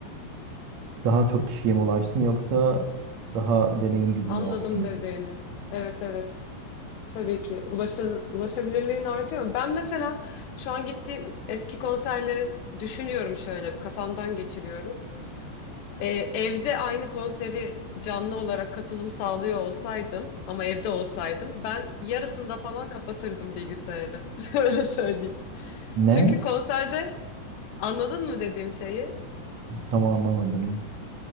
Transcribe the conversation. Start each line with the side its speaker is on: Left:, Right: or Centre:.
Right: daha çok kişiye mi ulaşsın yoksa daha deneyim gibi
Left: Anladım
Right: mi olsun?
Left: dediğini. Evet evet. Tabii ki. Ulaşa, ulaşabilirliğin artıyor. Ben mesela şu an gittiğim eski konserlerin düşünüyorum şöyle bir kafamdan geçiriyorum. Ee, evde aynı konseri canlı olarak katılım sağlıyor olsaydım ama evde olsaydım ben yarısında falan kapatırdım bilgisayarı. <laughs> Öyle söyleyeyim.
Right: Ne?
Left: Çünkü konserde Anladın mı dediğim şeyi?
Right: Tam anlamadım.